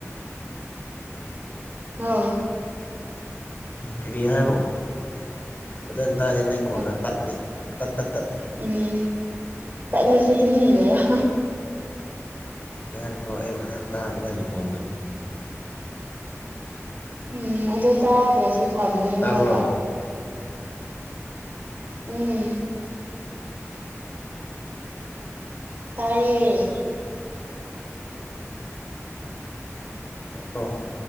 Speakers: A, on the right; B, on the left.
A: ꯍꯧ
B: ꯀꯔꯤ ꯍꯥꯏꯋ‌ꯣ ꯐꯖꯅ ꯇꯥꯗ‌ꯦ ꯅꯪ ꯈꯣꯟꯗ‌ꯣ
A: ꯎꯝ
B: ꯇꯠꯂꯤ ꯇꯠ ꯇꯠ ꯇꯠ
A: ꯎꯝ ꯇꯠꯂꯁꯨ ꯇꯨꯃꯤꯟꯅ ꯂꯩꯌ‌ꯣ
B: ꯑꯩ ꯍꯥꯏꯔ‌ꯣꯀꯣ ꯑꯩ ꯐꯖꯅ ꯇꯥ ꯅꯪ ꯈ‌ꯣꯟꯗꯣ
A: ꯎꯝ ꯑꯗꯨ ꯇꯥꯗ꯭ꯔꯁꯨ ꯊꯝꯒꯅꯨ
B: ꯇꯥꯕ꯭ꯔꯣ
A: ꯍꯥꯏꯕ ꯎꯝ ꯇꯥꯏꯌꯦ
B: ꯑꯣ